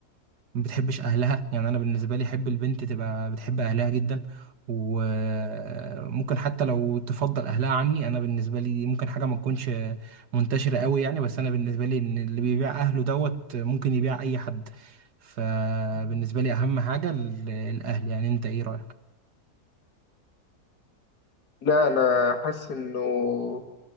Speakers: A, on the right; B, on the left.
A: ما بتحبش اهلها يعني انا بالنسبه لي احب البنت تبقى بتحب اهلها جدا وممكن حتى لو تفضل اهلها عني انا بالنسبه لي ممكن حاجه ما تكونش منتشره قوي يعني بس انا بالنسبه لي ان اللي بيبيع اهله دوت ممكن يبيع اي حد فبالنسبه لي اهم حاجه ال- الاهل يعني انت ايه رايك
B: لا انا حاسس انه